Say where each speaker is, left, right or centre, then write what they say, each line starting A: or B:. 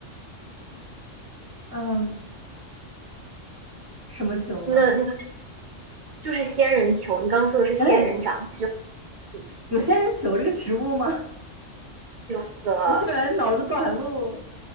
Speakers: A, on the right; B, on the right.
A: 嗯，什么球呢？
B: 那那就是仙人球。你刚刚说的是仙人掌，
A: 哎，
B: 其实就没错。
A: 有仙人球这个植物吗？
B: 有的，
A: <laughs> 我突然脑子短路了。